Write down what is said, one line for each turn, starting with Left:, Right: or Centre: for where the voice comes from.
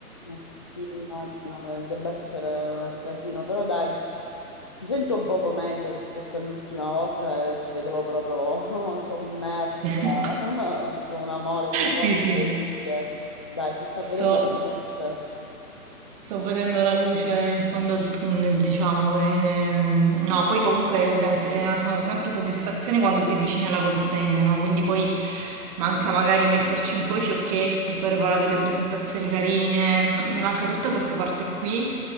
Left: Eh, Sì, immagino che debba essere un casino, però dai, ti sento un poco meglio rispetto all'ultima volta e ti vedevo proprio <laughs> sommersa
Right: <laughs>
Left: <laughs> da una mole di lavoro
Right: Sì, sì,
Left: incredibile. Dai, si sta
Right: sto,
Left: vedendo la luce.
Right: Sto vedendo la luce in fondo al tunnel, diciamo. e, mm, no, poi comunque dai, se- eh, sono sempre soddisfazioni quando si avvicina la consegna, no? Quindi poi manca magari metterci un po' i fiocchetti, preparare delle presentazioni carine. ma Mi manca tutta questa parte qui,